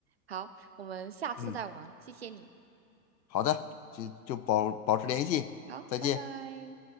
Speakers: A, on the right; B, on the left.
A: 好，我们下次再玩，
B: 嗯，
A: 谢谢你，
B: 好的，就就保保持联系，
A: 嗯，好，
B: 再见。
A: 拜拜。